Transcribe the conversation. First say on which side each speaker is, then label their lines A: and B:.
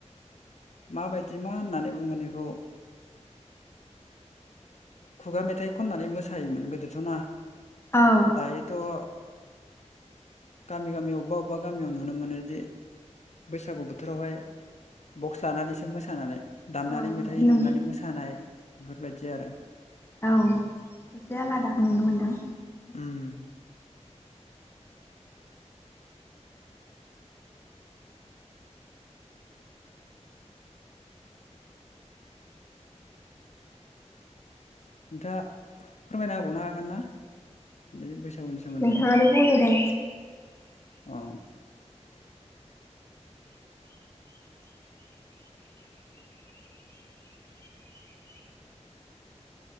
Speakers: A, on the left; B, on the left.
A: माबायदि मा होननानै बुंगोन इखौ खुगा मेथाइ खननानै मोसायोमोन गोदोथ'ना?
B: औ
A: दायोथ' गामि गामि अबेबा अबेबा गामियाव नुनो मोनोजे बैसागु बोथोरावहाय बक्स लानानैसो मोसानानै दामनानै
B: औ बिदि
A: मेथाइ
B: नुनो
A: दामनानै मोसानाय बेफोरबायदि आरो।
B: औ एसे आलादाखौ नुनो मोनदों।
A: ओम। नोंथाङा फोरमायना होबावनो हागोन ना ओइ बैसाग सोमोन्दैथो
B: नोंथाङानो बुंदो दे
A: ओ।